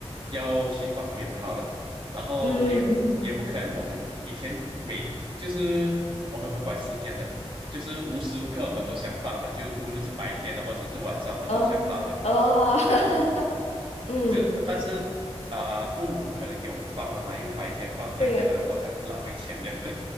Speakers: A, on the right; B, on the left.
A: 要去放鞭炮的。然后，
B: 嗯嗯，
A: 因为也不可能，我们以前每就是我们不管时间的，就是无时无刻我们都想放的，就无论是白天的或者是晚上，我们都想放的。
B: 哦哦，<laughs> 嗯，
A: 就但是啊、父母不可能给我们放了嘛，因为白天放还会觉得好像浪费钱这样子。
B: 对呀，